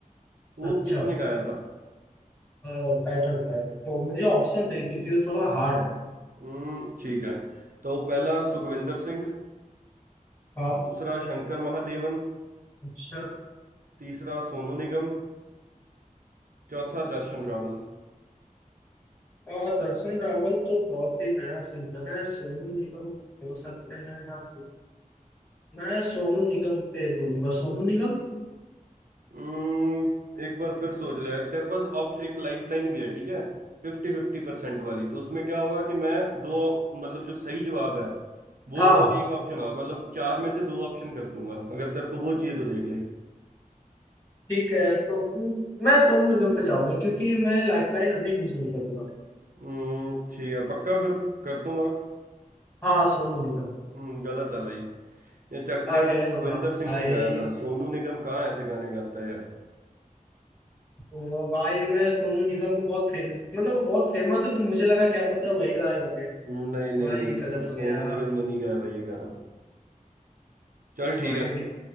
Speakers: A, on the right; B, on the left.
A: वो
B: अच्छा
A: किसने गाया था
B: टाइटल है तो मुझे ऑप्शन दे क्योंकि ये थोड़ा हार्ड है
A: हम्म ठीक है तो पहला सुखविंदर सिंह
B: हाँ
A: दूसरा शंकर महादेवन
B: अच्छा
A: तीसरा सोनू निगम चौथा दर्शन रावल
B: अ, दर्शन रावल तो बहुत ही नया सिंगर है सोनू निगम हो सकते हैं या मैं सोनू निगम पे बोलूंगा सोनू निगम
A: हम्म एक बार फिर सोच ले तेरे पास ऑप्शन एक लाइफलाइन भी है ठीक है फिफ्टी फिफ्टी परसेंट वाली तो उसमें क्या होगा कि मैं दो मतलब जो सही जवाब है वो
B: हाँ
A: और एक ऑप्शन और मतलब चार में से दो ऑप्शन कर दूंगा अगर तेरे को वो चाहिए तो देख ले
B: ठीक है तो मैं सोनू निगम पे जाऊंगा क्योंकि मैं लाइफलाइन अभी यूज नहीं करूंगा
A: हम्म ठीक है पक्का फिर कर दूं लॉक
B: हाँ सोनू निगम
A: हम्म गलत है भाई ये चक
B: अरे
A: दे इंडिया सुखविंदर
B: भाई
A: सिंह ने गाया था सोनू निगम कहाँ ऐसे गाने गाता है यार
B: ओ भाई मैं सोनू निगम को बहुत फेमस मतलब वो बहुत फेमस है तो मुझे लगा क्या पता वही गाए होंगे
A: हम्म, नहीं नहीं
B: भाई
A: नहीं सो,
B: गलत हो
A: सोनू
B: गया
A: निगम ने नहीं गाया भाई ये गाना चल ठीक
B: भाई
A: है